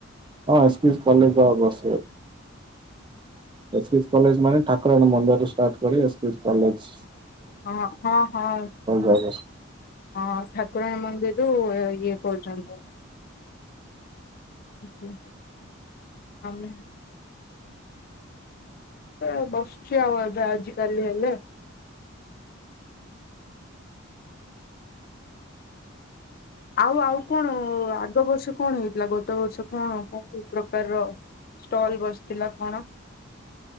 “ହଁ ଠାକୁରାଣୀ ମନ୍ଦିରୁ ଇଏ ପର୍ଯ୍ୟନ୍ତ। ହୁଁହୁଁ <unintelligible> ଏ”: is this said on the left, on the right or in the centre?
Left